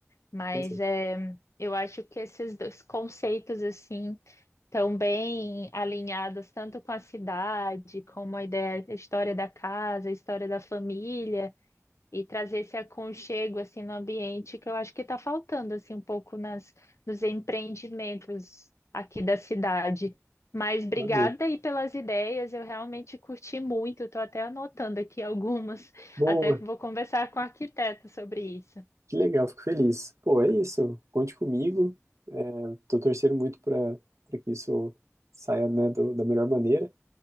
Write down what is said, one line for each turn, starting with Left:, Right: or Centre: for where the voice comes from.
Left: Mas
Right: Nossa,
Left: é, eu acho que esses dois conceitos, assim, estão bem alinhados tanto com a cidade, como a ideia, a história da casa, a história da família e trazer esse aconchego assim no ambiente que eu acho que está faltando assim um pouco nas nos empreendimentos aqui da cidade. Mas obrigada
Right: maneiro.
Left: aí pelas ideias, eu realmente curti muito, estou até anotando aqui <laughs> algumas,
Right: Boa,
Left: até que vou conversar com o arquiteto sobre isso.
Right: que legal, fico feliz. Pô, é isso, conte comigo. Tô torcendo muito para para que isso saia, né, do- da melhor maneira.